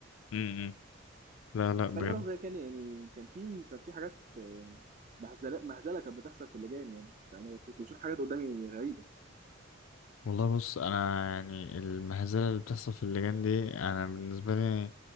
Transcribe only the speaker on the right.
بس
خلي بالك هو كده كان يعني كان في كان في حاجات آه، مهزله مهزله كانت بتحصل في اللجان يعني يعني أنا كنت بشوف حاجات قدامي غريبه